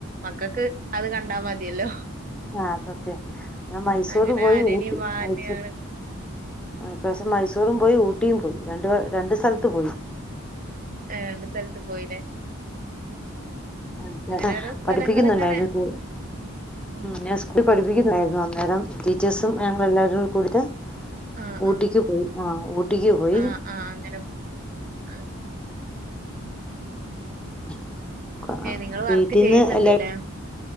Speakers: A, on the right; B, in the centre.
A: മക്കൾക്കതുകണ്ടാ മതിയല്ലോ
B: അ.. അതെ ഞാൻ മൈസൂർ
A: അങ്ങനെ
B: പോയി,
A: ആനേനിം
B: ഊട്ടി,
A: മാനെയാണ്
B: മൈസൂര് ഈ പ്രാവശ്യം മൈസൂറും പോയി. ഊട്ടിയുംപോയി ര ണ്ട്‌, രണ്ടുസ്ഥലത്ത് പോയി.
A: ആഹ്, ണ്ട്സ്ഥലത്തു പോയില്ലേ
B: അഹ്
A: അങ്ങനെ
B: അഹ്
A: ഓരോ സ്ഥലങ്ങള്
B: പഠിപ്പിക്കുന്നുണ്ടായിരുന്നു
A: ഇങ്ങനെ
B: കൂ
A: ഉം
B: ഞാ സ്കൂളി പഠി പ്പിക്കുന്നുണ്ടായിരുന്നോ? ന്നേരം ടീച്ചേഴ്സും,
A: ഉം
B: ങ്ങളെല്ലാരു കൊഴുത്ത്
A: ആഹ്
B: ഊട്ടിക്കുപോയി
A: ആഹ്
B: ആഹ് ഊട്ടിക്കുപോയി.
A: ആഹ് ആഹ് അങ്ങനെ <unintelligible>
B: <unintelligible>
A: ഏഹ് നിങ്ങള്
B: വിട്ടിന്ന്
A: വർക്ക് ചെയ്യുന്നുണ്ട്ല്ലേ
B: എല്ല